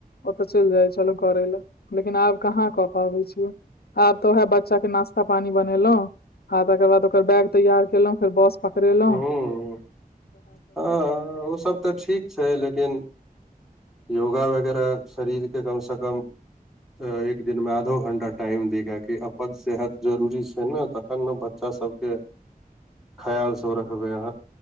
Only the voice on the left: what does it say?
ओ तऽ चलि जाइ छल करे लए लेकिन आब कहा कऽ पाबै छियै आब तऽ वएहे बच्चा के नास्ता पानी बनेलो आ तकर बाद ओकर बैग तैयार खेलहुँ फेर बस पकड़ेलौ
<inaudible>